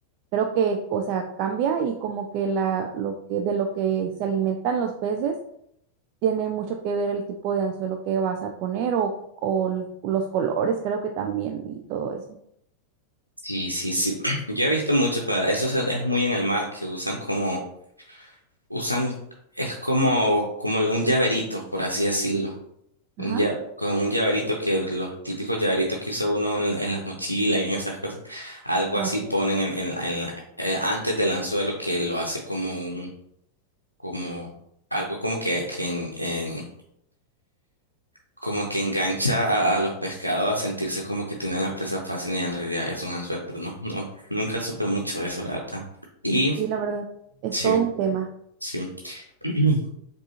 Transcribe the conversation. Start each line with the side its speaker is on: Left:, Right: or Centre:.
Right: creo que, o sea, cambia y como que la lo que de lo que se alimentan los peces tiene mucho que ver el tipo de anzuelo que vas a poner o, o l- los colores, creo que también y todo eso.
Left: Sí, sí, sí. <clears throat> Yo he visto mucho, pero eso es, es muy en el mar, que usan como, usan, es como, como un llaverito, por así decirlo
Right: Ajá.
Left: Un lla- con un llaverito que los típicos llaveritos que usa uno en, en las mochilas y en esas cosas, algo
Right: Ah,
Left: así
Right: ok.
Left: ponen en, en la- en la- eh, antes del anzuelo que lo hace como un, como algo como que, que en- en- como que engancha a, a los pescados a sentirse como que tienen la presa fácil y en realidad es un anzuelo, pero no, no, nunca supe mucho de eso, la verdad. Y
Right: Sí, la verdad es
Left: sí,
Right: todo un tema.
Left: sí. <clears throat>